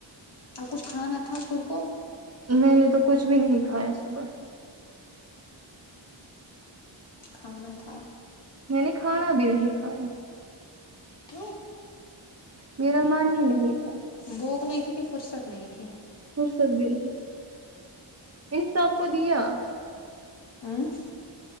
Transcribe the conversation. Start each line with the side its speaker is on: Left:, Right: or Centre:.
Left: اب کچھ کھانا تھا خود کو
Right: میں نے تو کچھ بھی نہیں کھایا صبح سے
Left: کھانا تھا
Right: میں نے کھانا بھی نہیں کھایا
Left: کیوں
Right: میرا من ہی نہیں تھا
Left: بھوک نہیں تھی کہ فرصت نہیں تھی
Right: فرصت بھی نہیں تھی ان سب کو دیا
Left: ہوں